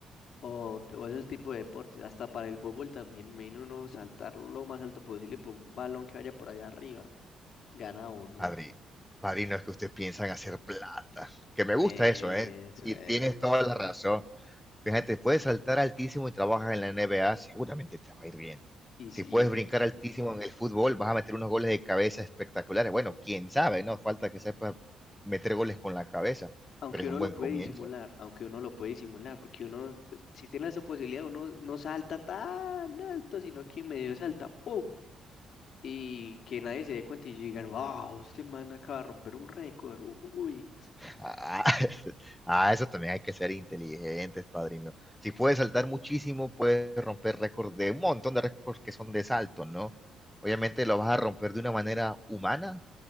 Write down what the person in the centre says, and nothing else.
Padre, padrino, es que ustedes piensan hacer plata, que
me gusta
eso, ¿eh? Y
tienes toda la razón. Fíjate, puedes saltar altísimo y trabajas en la NBA, seguramente te va a ir bien.
Si
puedes brincar altísimo en el fútbol, vas a meter unos goles de cabeza espectaculares. Bueno, quién sabe, ¿no? Falta que sepas meter goles con la cabeza,
pero es
un
buen
comienzo.
Ah, <laughs> ah, eso también hay que ser inteligentes, padrino. Si puedes saltar muchísimo, puedes romper récords de un montón de récords que son de salto, ¿no? Obviamente lo vas a romper de una manera humana,